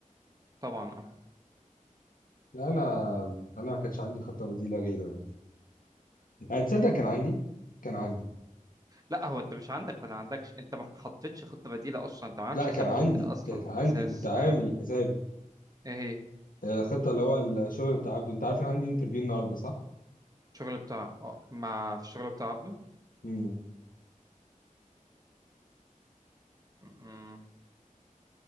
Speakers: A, on the right; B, on the left.
A: طبعا اه
B: لا انا انا ما كانش عندي خطه بديله غيره يعني هتصدق كان عندي كان عندي
A: لا لا، هو انت مش عندك ولا عندكش انت ما حطيتش خطة بديلة اصلا انت ما عملتش
B: لا
A: حساب
B: كان عندي
A: وجود ده اصلا
B: كانت
A: من
B: عندي
A: الاساس
B: كنت عامل
A: غالبا
B: حسابي
A: ايه هي
B: آه، خطة اللي هو الشغل بتاع عبده انت عارف ان عندي انترفيو النهارده صح؟
A: الشغل بتاع اه مع في الشغل بتاع عبده
B: امم
A: اه